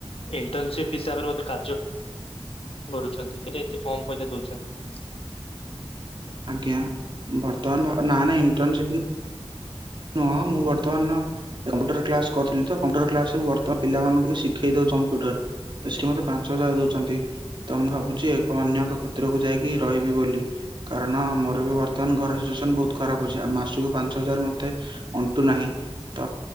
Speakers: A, on the left; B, on the right.
A: ଇଣ୍ଟନସିପ ହିସାବରେ ବୋଧେ କାର୍ଯ୍ୟ କରୁଛନ୍ତି ତେବେ ଏତେ କମ ପଇସା ଦଉଛନ୍ତି।
B: ଆଜ୍ଞା ବର୍ତ୍ତମାନ ନା ନା ଇଣ୍ଟନସିପ ନୁ ନୁଁହ ମୁଁ ବର୍ତ୍ତମାନ କମ୍ପୁଟର କ୍ଲାସ କରିଥିଲିତ କମ୍ପ୍ୟୁଟର କ୍ଲାସମୁଁ ବର୍ତ୍ତ ପିଲାମାନଙ୍କୁବି ଶିଖେଇ ଦଉଚି କମ୍ପ୍ୟୁଟର। ତ ସିଏ ମତେ ପାଞ୍ଚ ହଜାର ଦଉଛନ୍ତି। ତ ମୁଁ ଭାବୁଛି ଏକ ଅନ୍ୟ ଏକ କ୍ଷେତ୍ରକୁ ଯାଇକି ରହିବି ବୋଲି। କାରଣ ମୋର ବି ବର୍ତ୍ତମାନ ଘର ସିଚୁଏସନ ବହୁତ ଖରାପ ଅଛି ଆଉ ମାସକୁ ପାଞ୍ଚ ହଜାର ମତେ ଅଣ୍ଟୁ ନାହିଁ। ତ